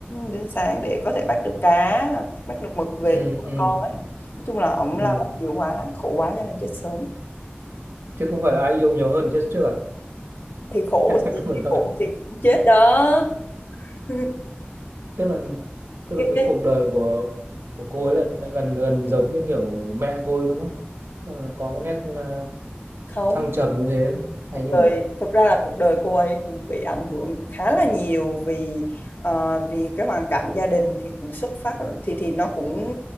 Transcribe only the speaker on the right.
ừ
ừ
ừ
chứ không phải là ai yêu nhiều hơn trước trước à
<laughs>
vẫn hơn
tức là tức
là cái
cuộc đời của của cô ấy là gần gần giống như kiểu mẹ cô ấy đúng không Ờ, có cái nét ờ,
thăng trầm như thế hay
như
nào